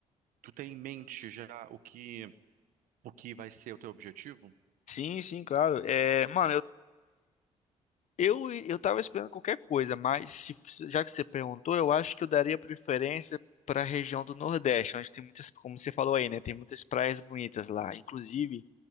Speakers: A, on the right; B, on the left.
A: Tu tem em mente já o que, o que vai ser o teu objetivo?
B: Sim, sim, claro. É, mano, Eu, eu tava esperando qualquer coisa, mas se- se- já que você perguntou, eu acho que eu daria preferência para a região do Nordeste, onde tem muitas, como você falou aí, né? Tem muitas praias bonitas lá. Inclusive,